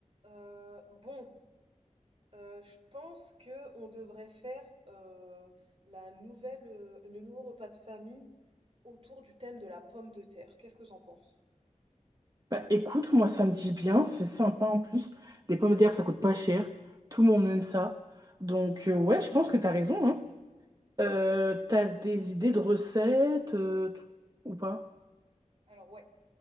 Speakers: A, on the right; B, on the right.
A: Euh, bon, euh, je pense que on devrait faire euh, la nouvelle, euh, le nouveau repas de famille autour du thème de la pomme de terre. Qu'est-ce que t'en penses?
B: Bah écoute, moi ça me dit bien, c'est sympa en plus. Les pommes de terre ça coûte pas cher, tout le monde aime ça. Donc euh, ouais, je pense que t'as raison, hein. Euh, t'as des idées de recettes euh, t- ou pas?
A: Alors ouais,